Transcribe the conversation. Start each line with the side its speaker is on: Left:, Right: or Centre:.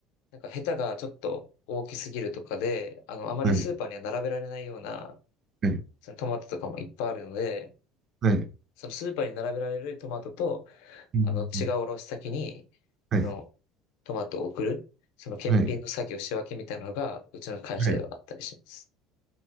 Left: なんかヘタがちょっと大きすぎるとかで、あの、あまりスーパーには並べられないような、
Right: はい。はい。
Left: そのトマトとかもいっぱいあるので、
Right: はい。
Left: そのスーパーに並べられるトマトと、
Right: うん。
Left: あの、違う卸先に、
Right: はい。
Left: あの、トマトを送る、その検品の作業仕分けみたいなのが、
Right: はい。
Left: うちの会社ではあったりします。
Right: はい。